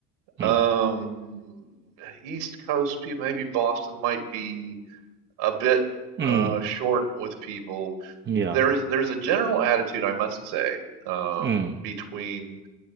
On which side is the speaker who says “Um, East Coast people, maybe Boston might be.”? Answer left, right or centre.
Right